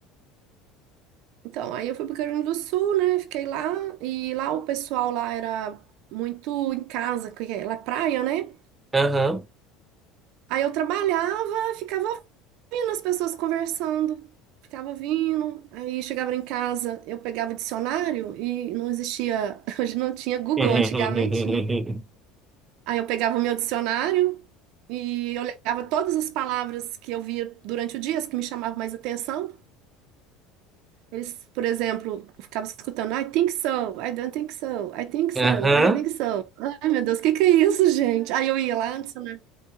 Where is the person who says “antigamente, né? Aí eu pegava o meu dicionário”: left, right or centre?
Right